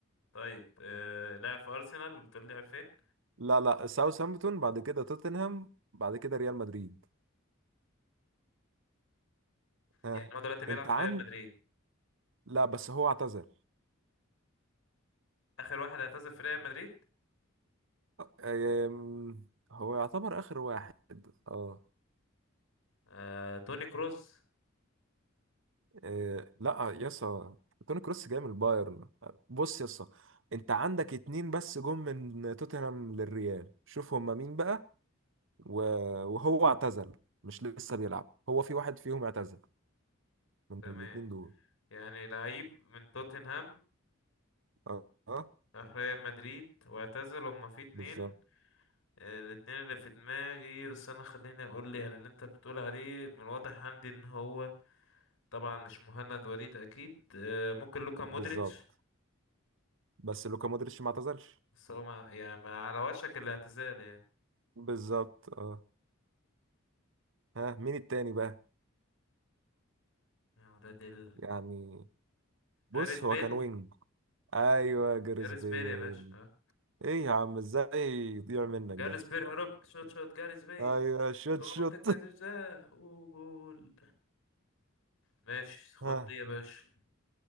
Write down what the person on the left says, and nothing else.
طيب آه لاعب في ارسنال وبتقول لي لعب فين
يعني هو دلوقتي بيلعب
في
ريال مدريد
اخر واحد اعتزل في ريال مدريد
آه... توني كروس
تمام
يعني لعيب من توتنهام
راح ريال مدريد واعتزل هما في اتنين
آه، الاتنين اللي في دماغي بس انا خليني اقول لي يعني اللي انت بتقول عليه من الواضح عندي ان هو طبعا مش مهند وليد اكيد آه، ممكن لوكا مودريتش
بس هو مع يعني مع على وشك الاعتزال يعني
يا ولاد ال...
غاريث بيل
غاريث
بيل يا باشا آه.
جاريث
بيل هرب شوت شوت جاريث بيل
جوه منطقة
الجزاء وجول ماشي خد
دي يا باشا